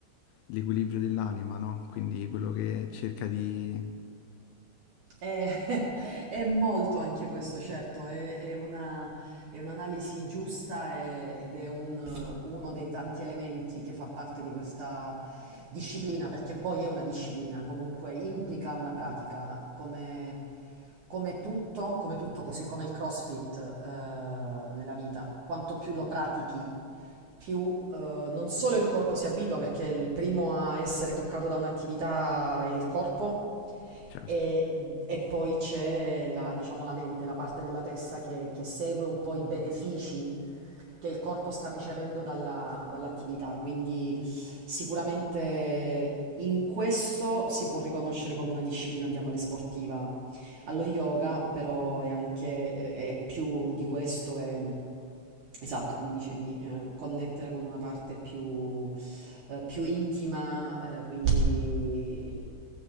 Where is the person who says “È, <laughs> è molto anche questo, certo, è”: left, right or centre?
Right